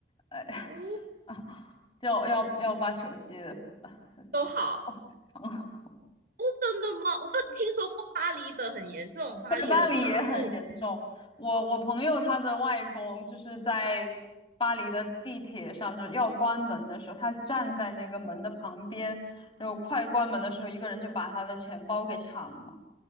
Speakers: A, on the left (about 30°); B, on the right (about 55°).
A: 呃，
B: 哦，
A: <laughs> 啊就要要把手机呃
B: 都好
A: 藏藏好。
B: 哦，真的吗？我有听说过巴黎的很严重，巴黎的扒手，
A: 对，巴黎也很严重。我我朋友他的外公就是在巴黎的地铁上，就是要关门的时候，他站在那个门的旁边，然后快关门的时候，一个人就把他的钱包给抢了。